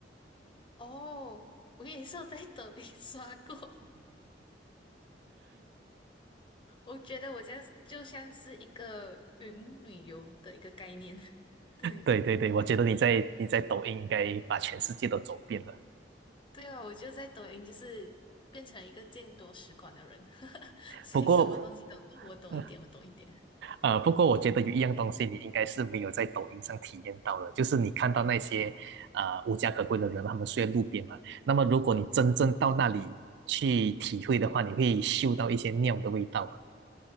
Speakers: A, on the left; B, on the right.
A: 哦，我也是有在抖音 <laughs> 刷过。<laughs> 我觉得我在就像是一个云旅游的一个概念。<laughs> 对，
B: 对对对，我觉得你在你在抖音应该把全世界都走遍了。
A: 对啊，我就在抖音就是变成一个见多识广的人，<laughs> 所以什么东西都，
B: 不过，
A: 哦，我懂一点，
B: <laughs>
A: 我懂一点。
B: 呃，不过我觉得有一样东西你应该是没有在抖音上体验到的，就是你看到那些啊、呃无家可归的人，他们睡在路边嘛。那么如果你真正到那里去体会的话，你会嗅到一些尿的味道。